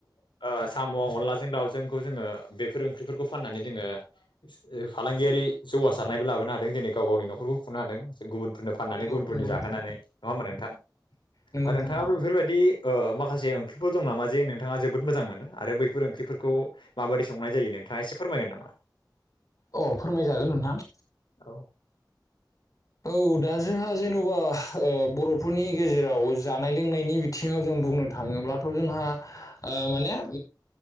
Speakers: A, on the left (about 80°); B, on the left (about 45°).
A: ओ साम' अनलाजों दाउजोंखौ जोंङो बेफोर ओंख्रिफोरखौ फाननानै जोंङो फालांगियारि जौगासारनायबो लाबोनो हादों दिनै गाव गावनि नखरबो खुंनो हादों। गुबुनफोरनो फाननानै
B: नंगौ
A: गुबुनफोरनो
B: नंगौ
A: जाहोनानै
B: नोंथां
A: नङा होमा नोंथां।
B: नंगौ नोंथां
A: नोंथाङाबो
B: नंगौ
A: बेफोरबायदि ओ माखासे ओं ख्रिफोर दं नामा जे नोंथाङा जोबोद मोजां मोनो आरो बैफोर ओंख्रिफोरखौ माबादि संनाय जायो नोंथाङा एसे फोरमायगोन नामा।
B: अ फोरमायजागोन नोंथां
A: औ
B: औ दा जोंहा जेन'बा ओ बर'फोरनि गेजेराव जानाय लोंनायनि बिथिंङाव जों बुं नो थाङोब्लाथ' जोंहा ओ माने अम